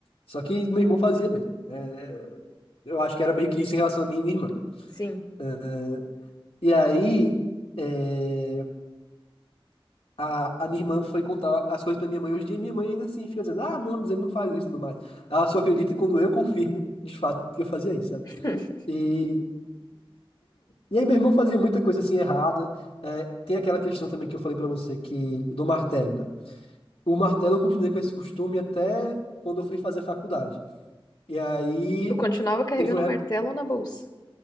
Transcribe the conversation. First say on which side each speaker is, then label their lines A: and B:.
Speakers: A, on the left (about 85°); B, on the left (about 45°).
A: Só que meu irmão fazia mesmo. É, eu acho que era meio que isso em relação a mim e minha irmã.
B: Sim.
A: É, e aí, é, a, a minha irmã foi contar as coisas pra minha mãe hoje em dia, e minha mãe ainda assim fica dizendo: Ah, não, mas ele não faz isso e tudo mais. Ela só acredita quando eu confirmo, de fato, que eu fazia isso, sabe?
B: <laughs>
A: E E aí, meu irmão fazia muita coisa assim errada. É, tem aquela questão também que eu falei pra você, que do martelo, né? O martelo eu continuei com esse costume até quando eu fui fazer faculdade. E aí,
B: Tu continuava carregando
A: teve uma
B: o
A: época,
B: martelo na bolsa.